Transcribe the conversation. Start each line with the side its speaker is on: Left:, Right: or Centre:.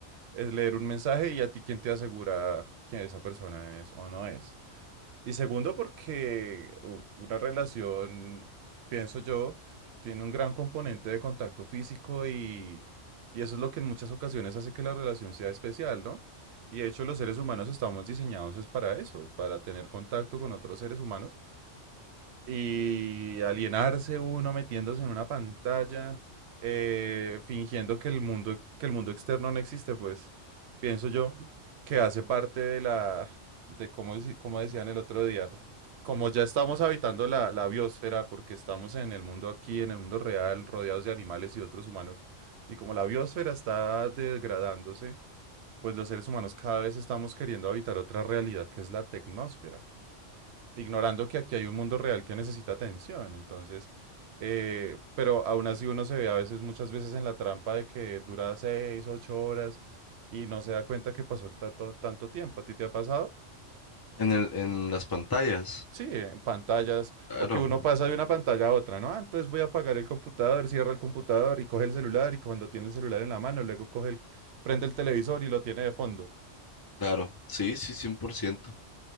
Right: es leer un mensaje y a ti quién te asegura que esa persona es o no es. Y segundo, porque u- una relación, pienso yo, tiene un gran componente de contacto físico y, y eso es lo que en muchas ocasiones hace que la relación sea especial, ¿no? Y de hecho los seres humanos estamos diseñados es para eso, para tener contacto con otros seres humanos y alienarse uno metiéndose en una pantalla, eh, fingiendo que el mundo, que el mundo externo no existe, pues pienso yo que hace parte de la, de como, deci- como decían el otro día, como ya estamos habitando la, la biosfera, porque estamos en el mundo aquí, en el mundo real, rodeados de animales y otros humanos, y como la biosfera está degradándose, pues los seres humanos cada vez estamos queriendo habitar otra realidad que es la tecnósfera ignorando que aquí hay un mundo real que necesita atención. Entonces, eh, pero aún así uno se ve a veces, muchas veces en la trampa de que dura seis, ocho horas y no se da cuenta que pasó tanto, tanto tiempo. ¿A ti te ha pasado?
Left: En el, en las pantallas.
Right: Sí, en pantallas,
Left: Claro,
Right: o que uno pasa de una pantalla a otra, ¿no? Ah, entonces voy a apagar el computador, cierra el computador y coge el celular y cuando tiene el celular en la mano, luego coge el, prende el televisor y lo tiene de fondo.
Left: claro. Sí, sí, cien por ciento